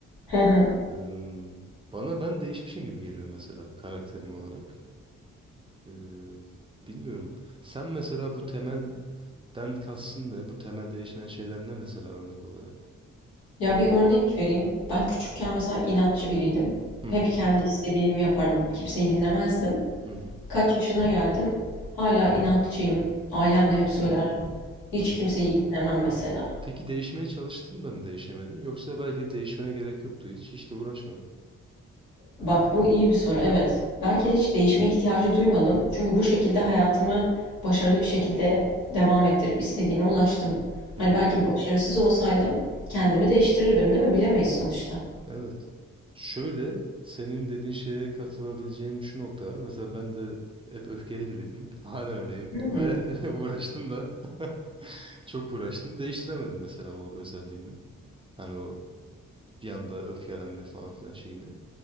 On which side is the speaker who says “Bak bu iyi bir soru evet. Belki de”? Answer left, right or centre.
Left